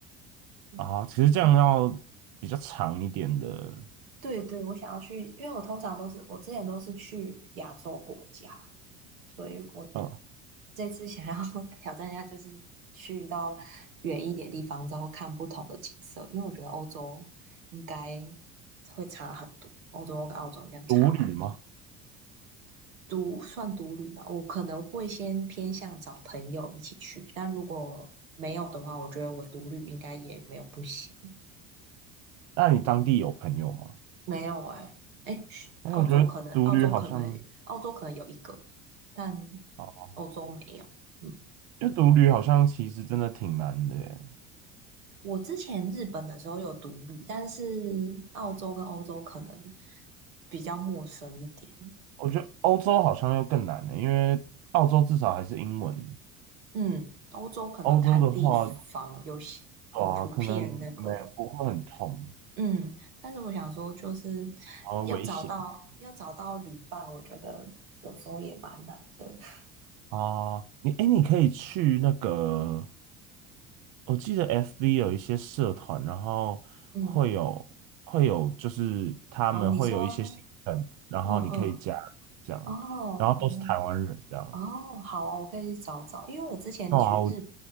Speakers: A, on the right (about 85°); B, on the right (about 65°).
A: 嗯
B: 啊，其实这样要比较长一点的，
A: 对对，我想要去，因为我通常都是我之前都是去亚洲国家，所以我
B: 嗯。
A: 这次想要 <laughs> 挑战一下，就是去到远一点地方，然后看不同的景色，因为我觉得欧洲应该会差很多，欧洲跟澳洲应该差蛮多。
B: 独旅吗？
A: 独算独旅嘛，我可能会先偏向找朋友一起去，但如果没有的话，我觉得我独旅应该也没有不行。
B: 那你当地有朋友吗？
A: 没有哎、哎，嘘澳洲可能，
B: 哎，我觉得独旅好像
A: 澳洲可能，澳洲可能有一个，但
B: 哦，
A: 欧洲没有。嗯，
B: 因为独旅好像其实真的挺难的耶。
A: 我之前日本的时候有独旅，但是澳洲跟欧洲可能比较陌生一点。
B: 我觉得欧洲好像又更难了，因为澳洲至少还是英文，
A: 嗯，欧洲可能看地方有些，
B: 欧洲的话，对啊，
A: 嗯，普遍那个，
B: 可能没不会很痛，
A: 嗯，但是我想说，就是
B: 然后危险
A: 要找到要找到旅伴，我觉得有时候也蛮难的。<laughs>
B: 啊。你哎，你可以去那个我记得 FB 有一些社团，然后会有会有，
A: 嗯，
B: 就是他们会有一些行程，
A: 好，你说，
B: 然后你可以加入这样，
A: 嗯嗯。哦
B: 然后都是台湾人这样。
A: 哦哦，好啊，我可以去找找，因为我之前去日
B: 哇，我